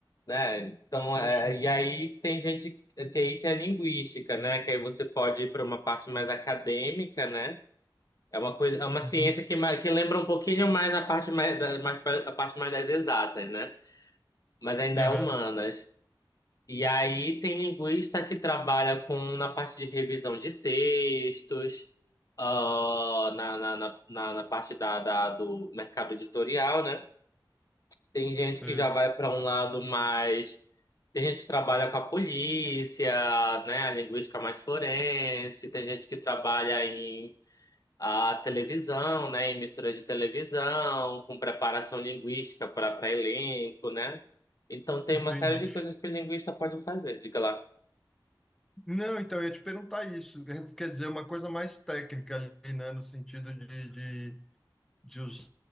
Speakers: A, on the left; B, in the centre.
A: né? Então,
B: Poxa.
A: é, e aí tem gente, tem, tem a linguística, né? Que aí você pode ir para uma parte mais acadêmica, né? É uma coisa, é uma
B: Uhum.
A: ciência que, ma- que lembra um pouquinho mais a parte mais, da, mais pra- a parte mais das exatas, né? Mas ainda
B: Aham.
A: é humanas. E aí tem linguista que trabalha com na parte de revisão de textos, ah, na, na, na, na na parte da, da, do mercado editorial, né? Tem gente
B: Sei.
A: que já vai para um lado mais. Tem gente que trabalha com a polícia, né? A linguística mais forense. Tem gente que trabalha em a televisão, né? Em emissoras de televisão, com preparação linguística para para elenco, né? Então tem
B: Entendi.
A: uma série de coisas que o linguista pode fazer. Diga lá.
B: Não, então, eu ia te perguntar isso. Quer dizer, uma coisa mais técnica ali, né? No sentido de, de usar